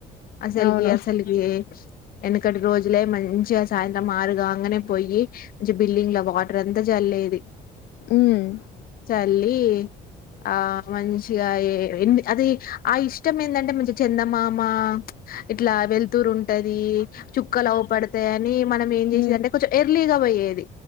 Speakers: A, on the left (about 60°); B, on the left (about 75°).
A: అసలకి
B: అవును
A: అసలకి వెనకటి రోజులే మంచిగా సాయంత్రం ఆరుగాగానే పోయి మంచి బిల్డింగ్ లో వాటర్ అంత చల్లి ఇది
B: మ్మ్
A: చల్లి ఆ మంచిగా ఎ అది ఆ ఇష్ట ఇష్టం ఏంటంటే మంచి చందమామ ఇట్లా వెలుతురు ఉం ఉంటది చుక్కలు అవపడతాయ్ అని మనం ఏం జేసేదంటే
B: మ్మ్
A: కొంచెం ఎర్లీగా పోయేది